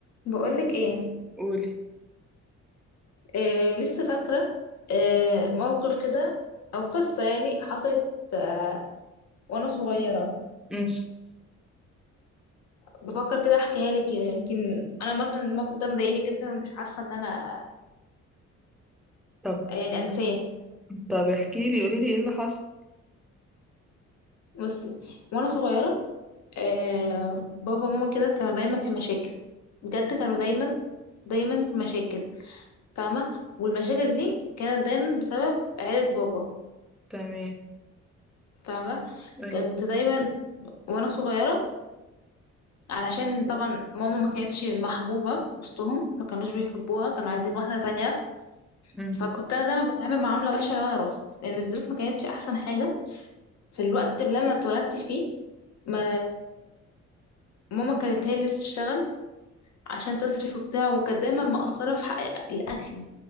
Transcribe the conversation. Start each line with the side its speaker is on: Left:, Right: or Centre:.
Left: بقولك ايه
Centre: قولي
Left: آه لسه فاكرة آه موقف كده او قصة يعني حصلت آه وانا صغيرة
Centre: مم.
Left: بفكر كده احكيها لك يمكن انا مثلا الموقف ده مضايقني جدا ومش عارفة ان انا
Centre: طب
Left: آه، يعني انساه
Centre: طب احكي لي قولي لي ايه اللي حصل
Left: بصي وانا صغيرة آه بابا وماما كده كانوا دايما في مشاكل بجد كانوا دايما دايما في مشاكل فاهمة والمشاكل دي كانت دايما بسبب عيلة بابا
Centre: تمام
Left: فاهمة
Centre: ايوه
Left: كنت دايما وانا صغيرة علشان طبعا ماما ما كانتش محبوبة وسطهم ما كانوش بيحبوها كانوا عايزين واحدة تانية
Centre: مم.
Left: فكنت أنا دايما بتعامل معاملة وحشة لما أنا روحت لأن الظروف ما كانتش أحسن حاجة في الوقت اللي أنا اتولدت فيه ما ماما كانت هي اللي بتشتغل عشان تصرف وبتاع وكانت دايما مقصرة في حق الأكل